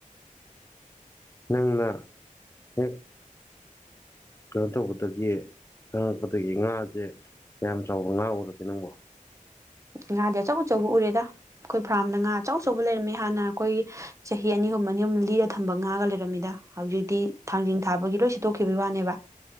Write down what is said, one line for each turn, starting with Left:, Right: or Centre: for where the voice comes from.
Left: ꯅꯪꯅ ꯍꯦꯛ ꯀꯩꯅꯣ ꯇꯧꯕꯗꯒꯤ ꯈꯪꯉꯛꯄꯗꯒꯤ ꯉꯥꯁꯦ ꯀꯌꯥꯝ ꯆꯥꯎꯕ ꯉꯥ ꯎꯔꯛꯀꯦ ꯅꯪꯕꯣ
Right: ꯉꯥꯗꯤ ꯑꯆꯧ ꯑꯆꯧꯕ ꯎꯔꯦꯗ ꯑꯩꯈꯣꯏ ꯐꯔꯥꯝꯗ ꯉꯥ ꯑꯆꯧ ꯑꯆꯧꯕ ꯂꯩꯔꯝꯃꯦ ꯍꯥꯟꯅ ꯑꯩꯈꯣꯏꯒꯤ ꯆꯍꯤ ꯑꯅꯤ ꯑꯍꯨꯝ ꯌꯨꯝ ꯂꯤꯔ ꯊꯝꯕ ꯉꯥꯒ ꯂꯩꯔꯝꯃꯤꯗ ꯍꯧꯖꯤꯛꯇꯤ ꯊꯥꯡꯖꯤꯡ ꯊꯥꯕꯒꯤ ꯂꯣꯏ ꯁꯤꯠꯇꯣꯛꯈꯤꯕꯒꯤ ꯋꯥꯅꯦꯕ